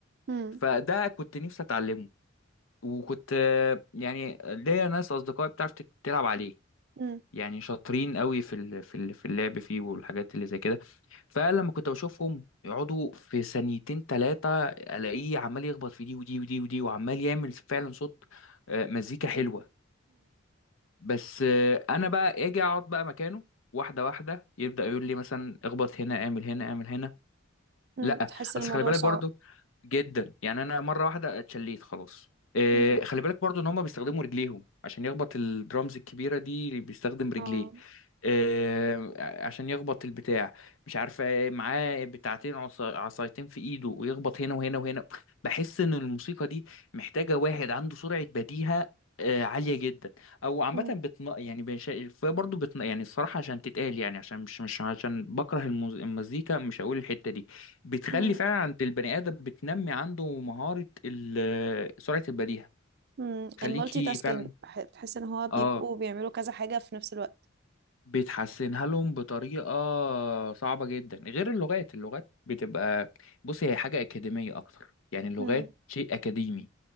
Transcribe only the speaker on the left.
فده كنت نفسي اتعلمه وكنت آه، يعني ليا ناس اصدقائي بتعرف تت- تلعب عليه
يعني شاطرين قوي في ال- في ال- في اللعب فيه والحاجات اللي زي كده فلما كنت بشوفهم يقعدوا في ثانيتين ثلاثة الاقيه عمال يخبط في دي ودي ودي ودي وعمال يعمل فعلا صوت آه، مزيكا حلوة بس آه، انا بقى اجي اقعد بقى مكانه واحدة واحدة يبدأ يقول لي مثلا اخبط هنا اعمل هنا اعمل هنا
لا
بس
خلي بالك
برضو جدا يعني انا مره واحده اتشليت خلاص إيه
خلي بالك برضو ان هم بيستخدموا رجليهم عشان يخبط الدرامز الكبيره دي بيستخدم رجليه
إيه عشان يخبط البتاع مش عارفه إيه، معاه بتاعتين عصا- عصايتين في ايده ويخبط هنا وهنا وهنا بحس ان الموسيقى دي محتاجه واحد عنده سرعه بديهه آه، عاليه جدا او عامه
بتن يعني بش... برضه بتن... يعني الصراحه عشان تتقال يعني عشان مش مش عشان بكره المز... المزيكا مش هقول الحته دي بتخلي
فعلا عند البني ادم بتنمي عنده مهاره ال- آه، سرعه البديهه
تخليكي
فعلا
اه
بتحسنها لهم بطريقه صعبه جدا غير اللغات اللغات بتبقى بصي هي حاجه اكاديميه اكتر يعني اللغات
شيء اكاديمي